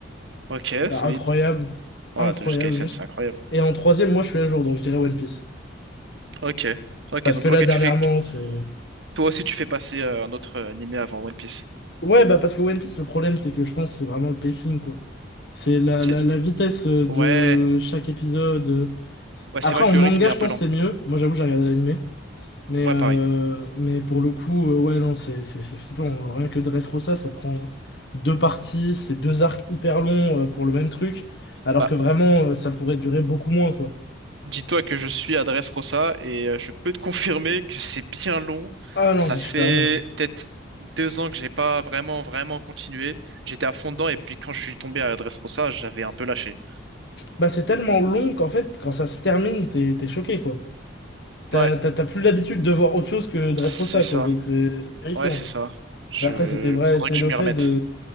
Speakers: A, on the right (about 75°); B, on the left (about 60°).
A: Ok,
B: Incroyable.
A: solide. Ouais,
B: Incroyable,
A: t'es jusqu'à SN,
B: juste.
A: c'est incroyable.
B: Et en troisième, moi, je suis à jour, donc je dirais One Piece.
A: Ok. Ok,
B: Parce
A: donc,
B: que là,
A: ok,
B: dernièrement,
A: tu fais, tu-
B: c'est
A: toi aussi, tu fais passer euh, un autre euh, animé avant One Piece.
B: Ouais, bah parce que One Piece, le problème, c'est que je pense que c'est vraiment le pacing, quoi. C'est la,
A: C'est,
B: la, la vitesse euh, de
A: ouais,
B: chaque épisode. euh,
A: ouais,
B: Après,
A: c'est vrai
B: en
A: que
B: manga,
A: le rythme est un
B: je
A: peu
B: pense
A: lent.
B: que c'est mieux. Moi, j'avoue, j'ai regardé l'animé. Mais,
A: Ouais,
B: euh,
A: pareil.
B: mais pour le coup, euh, ouais, non, c'est c'est- c'est flippant. Rien que Dressrosa, ça prend deux parties, c'est deux arcs hyper longs euh, pour le même truc. Alors
A: Bah,
B: que vraiment, euh, ça pourrait durer beaucoup moins, quoi.
A: Dis-toi que je suis à Dressrosa et euh, je peux te <laughs> confirmer que c'est bien long.
B: Ah non,
A: Ça
B: c'est
A: fait
B: super long.
A: peut-être deux ans que j'ai pas vraiment, vraiment continué. J'étais à fond dedans et puis quand je suis tombé à Dressrosa, j'avais un peu lâché.
B: Bah, c'est tellement long qu'en fait, quand ça se termine, t'es t'es choqué, quoi. T'as
A: Ouais,
B: t'as- t'as plus l'habitude de voir autre chose que Dressrosa,
A: c'est ça.
B: quoi, donc c'est c'est terrifiant.
A: Ouais, c'est ça. Je...
B: Mais après, c'était vrai,
A: Faudrait
B: c'est
A: que
B: le
A: je m'y
B: fait
A: remette.
B: de,